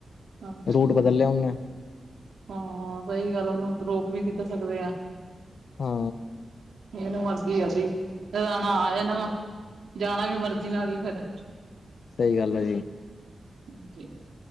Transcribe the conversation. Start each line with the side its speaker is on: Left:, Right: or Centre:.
Right: ਅੱਛਾ
Left: ਰੂਟ ਬਦਲ ਲਿਆ ਉਹਨੇ
Right: ਹਾਂ ਸਹੀ ਗੱਲ ਆ ਉਹਨੂੰ ਆਪਾਂ ਰੋਕ ਵੀ ਕਿੱਧਾਂ ਸਕਦੇ ਆ।
Left: ਹੂੰ,
Right: ਚਲੋ ਮਰਜੀ ਐ ਔਦੀ, ਜਦੋ ਆਣਾ ਆ ਜਾਣਾ ਵਾ, ਜਾਣਾ ਵੀ ਮਰਜੀ ਨਾਲ ਈ ਫਿਰ
Left: ਸਈ ਗੱਲ ਐ ਜੀ।
Right: ਹਾਂ ਜੀ,